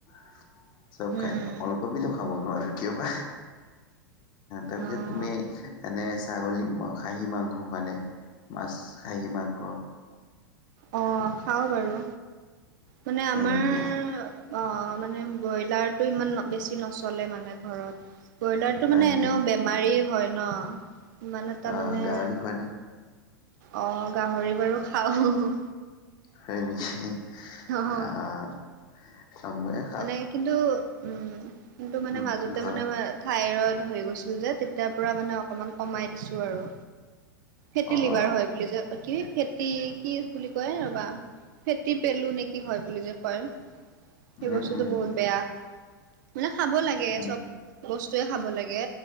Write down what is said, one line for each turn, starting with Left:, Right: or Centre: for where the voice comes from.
Left: <inaudible> চব
Right: উম,
Left: খাইদিও উলকবি খাব নোৱাৰ কিয় বা তাৰপিছত
Right: অ',
Left: তুমি- নে ছাগলী খাহী মাংস খোৱানে মাছ খাহী মাংস,
Right: অ খাওঁ বাৰু মানে আমাৰ
Left: হয় নেকি
Right: অ মানে ব্ৰইলাৰতটো, ইমান বেছি নচলে মানে ঘৰত- ব্ৰইলাৰতো
Left: হয়
Right: মানে
Left: নেকি
Right: এনেও বেমাৰী হয় ন ইমান এটা
Left: অ',
Right: মানে-
Left: গাহৰি খোৱা নে?
Right: অ গাহৰি, বাৰু খাওঁ
Left: হয় নেকি
Right: অ',
Left: আহ আ ময়ো
Right: মানে কিন্তু উম কিন্তু মানে
Left: উম,
Right: মাজতে
Left: ঘৰত
Right: মানে মই। থঠাইৰড হৈ গৈছিল যে তেতিয়াৰ পৰা মানে অকণমান কমাই দিছোঁ। আৰু ফেটি
Left: অ',
Right: লিভাৰ হয় বুলি যে। কি হয় ফেটি কি বুলি কয় ৰবা ফেটি পেলো নেকি হয় বুলি যে কয়। সেই
Left: উম,
Right: বস্তুতটো
Left: উম,
Right: বহুত বেয়া মানে খাব লাগে
Left: উম,
Right: চব- বস্তুুৱে খাব লাগে